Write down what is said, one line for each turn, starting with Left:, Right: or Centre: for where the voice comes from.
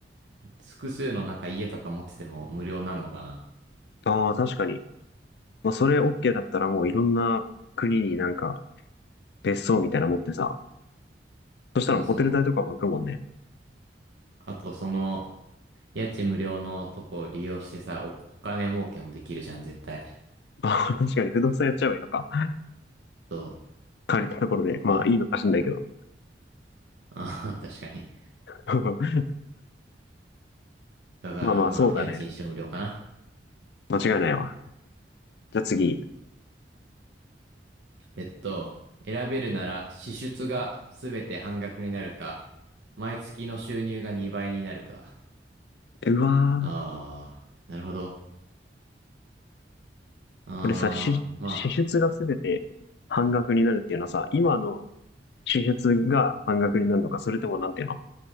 Right: 複数のなんか家とか持ってても無料なんのかな。
Left: ああ、確かに。まあ、それ OK だったらもういろんな国になんか別荘みたいなの持ってさ、そしたらもうホテル代とかも浮くもんね。
Right: そうそう。あとその家賃無料のとこを利用してさ、お、お金儲けもできるじゃん、絶対。
Left: <laughs> まあ確かに不動産やっちゃえばいいのか。
Right: そう。
Left: 借りたところで。まあいいのかしんないけど。
Right: あ、あ <laughs> 確かに。
Left: <laughs>
Right: だからまあ家賃一生無料かな。
Left: まあまあそうだね。間違いないわ。じゃあ次。
Right: えっと、選べるなら支出がすべて半額になるか、毎月の収入が2倍になるか。
Left: うわー。
Right: あー、なるほど。あー、
Left: これさ、支支出がすべて半額になるっていうのはさ、
Right: ま
Left: 今の支出が半額になるのか、それともなんていうの